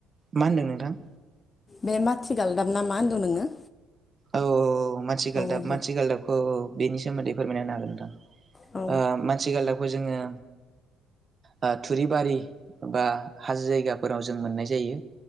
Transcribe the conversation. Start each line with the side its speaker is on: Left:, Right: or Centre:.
Right: मा होनदों नोंथां?
Left: बे माथि गालदाम ना मा होनदों नोङो?
Right: औ औ औ मानसि गालदाब
Left: औ औ बे
Right: मानसि गालदाबखौ औ बेनि सोमोन्दै फोरमायनो हागोन नोंथां।
Left: औ
Right: ओ मानसि गालदाबखौ जोङो। ओ थुरिबारि बा हाजो जायगाफोराव जों मोननाय जायो।